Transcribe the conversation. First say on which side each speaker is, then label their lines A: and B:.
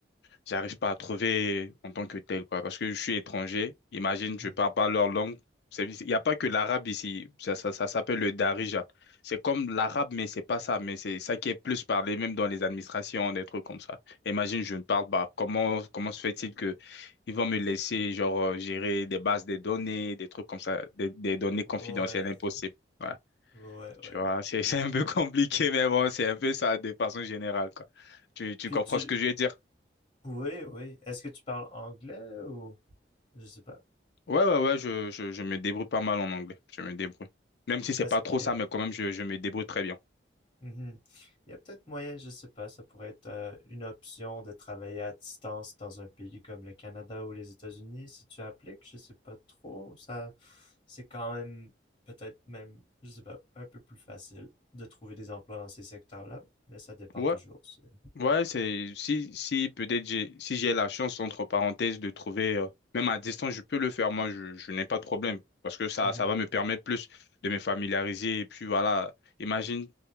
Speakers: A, on the left (about 60°); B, on the left (about 25°).
A: j'arrive pas à trouver en tant que tel, quoi. Parce que je suis étranger. Imagine,
B: hmm.
A: je parle pas leur langue. C'est- Il n'y a pas que l'arabe ici. Ça, ça, ça s'appelle le darija. C'est comme l'arabe, mais c'est pas ça. Mais c'est ça qui est plus parlé, même dans les administrations, des trucs comme ça. Imagine, je ne parle pas. Comment, comment se fait-il que ils vont me laisser, genre, euh, gérer des bases de données, des trucs comme ça, des, des données
B: Ouais.
A: confidentielles impossibles. Ouais.
B: Ouais,
A: Tu
B: ouais,
A: vois,
B: ouais.
A: c'est, <laughs> c'est un peu compliqué, mais bon, c'est un peu ça de façon générale, quoi. Tu, tu
B: Puis
A: comprends
B: tu...
A: ce que je veux dire?
B: Oui, oui. Est-ce que tu parles anglais ou... Je sais pas.
A: Ouais, ouais, ouais, je, je, je me débrouille pas mal en anglais. Je me débrouille. Même si c'est
B: Parce
A: pas trop
B: que...
A: ça, mais quand même, je, je me débrouille très bien.
B: Mhm. Il y a peut-être moyen, je sais pas, ça pourrait être euh, une option de travailler à distance dans un pays comme le Canada ou les États-Unis. Si tu appliques, je sais pas trop. Ça, c'est quand même peut-être même, je sais pas, un peu plus facile de trouver des emplois dans ces secteurs-là, mais ça dépend
A: Ouais,
B: toujours. c'est-
A: Ouais, c'est si si peut-être j'ai si j'ai la chance entre parenthèses de trouver euh, même à distance je peux le faire moi je, je n'ai pas de problème parce que ça
B: Mhm.
A: ça va me permettre plus de me familiariser et puis voilà imagine